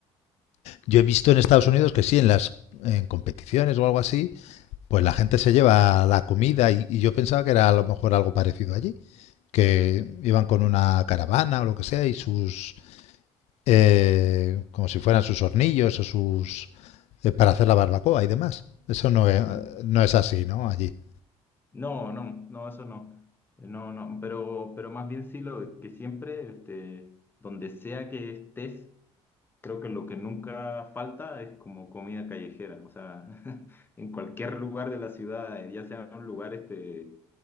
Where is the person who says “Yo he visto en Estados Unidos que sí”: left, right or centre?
Left